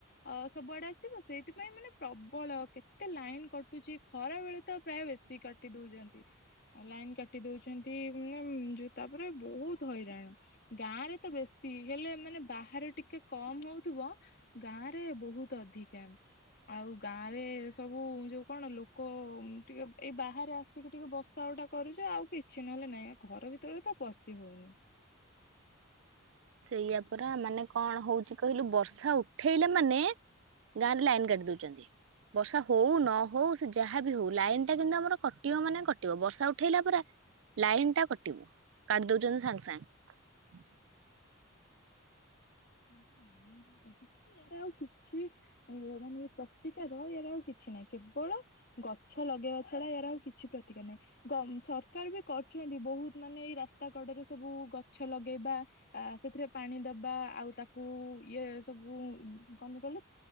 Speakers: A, on the left; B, on the right.
A: ଅ ସବୁଆଡେ ଆସିବ ସେଇଥିପାଇଁ ମାନେ ପ୍ରବଳ କେତେ ଲାଇନ କଟୁଚି। ଖରା ବେଳେ ତ ପ୍ରାୟ ବେଶୀ କାଟି ଦଉଚନ୍ତି ଲାଇନ୍ କାଟି ଦଉଚନ୍ତି। ଉଁ ଜୋଉ ତାପରେ ବହୁତ ହଇରାଣ ଗାଁ ରେ ତ ବେଶୀ ହେଲେ ମାନେ ବାହାରେ ଟିକେ କମ ହଉଥିବ। ଗାଁ ଆଁ ରେ ବହୁତ ଅଧିକା। ଆଉ ଗାଁ ରେ ସବୁ ଯୋଉ କଣ? ଲୋକ ଟିକେ ଏଇ ବାହାରେ ଆସିକି ଟିକେ ବସା ଉ ଟା କରୁଚେ ଆଉ କିଛି ନହେଲେ ନାଇଁ। ଘର ଭିତରେ ତ ପସିି ହଉନି।
B: ସେଇଆ ପରା ମାନେ କଣ ହଉଛି କହିଲୁ ବର୍ଷା ଉଠେଇଲା ମାନେ? ଗାଁରେ ଲାଇନ କାଟି ଦଉଚନ୍ତି। ବର୍ଷା ହଉ ନ ହଉ ସେ ଯାହାବି ହଉ। ଲାଇନ ଟା କିନ୍ତୁ ଆମର କଟିବ ମାନେ କଟିବ ବର୍ଷା ଉଠେଇଲା ପରା। ଲାଇନ ଟା କଟିବ। କାଟି ଦଉଚନ୍ତି ସାଙ୍ଗେ ସାଙ୍ଗେ।
A: କଣ ପାଇଁ ଲାଇନ କାଟୁଚନ୍ତି କି? ଏଇରା ଆଉ କିଛି ଇଏ ମାନେ ପ ପ୍ରତିକାର ଇଆର ଆଉ କିଛି ନାହିଁ। କେବଳ ଗଛ ଲଗେଇବା ଛଡା ଇଆର ଆଉ କିଛି ପ୍ରତିକାର ନାହିଁ। ଗ ସରକାର ବି କରୁଚନ୍ତି। ବହୁତ ମାନେ ଏଇ ରାସ୍ତା କଡରେ ସବୁ ଗଛ ଲଗେଇବା। ଆ ସେଥିରେ ପାଣି ଦବା। ଆଉ ତାକୁ ଇଏ ସବୁ ଉଁ କଁ ପାଇଁ କହିଲୁ